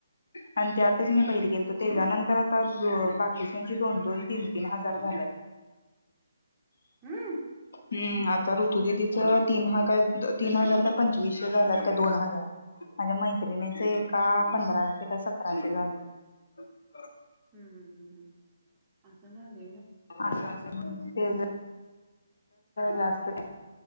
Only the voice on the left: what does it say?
आणि त्या <inaudible> आतच मी
बाहेर गेलतो तेच्यानंतर आ <inaudible> बाकीच्याची दोन- दोन तीन -तीन हजार झाल्यात
हम्म आता ऋतुददीच
तीन हजार का तीन हजार काय पंचवीसशे झालात का दोन हजार माझ्या मैत्रिणीच एका पंधराशे का सतराशे झालं <inaudible>
असं- अस तेज जास्त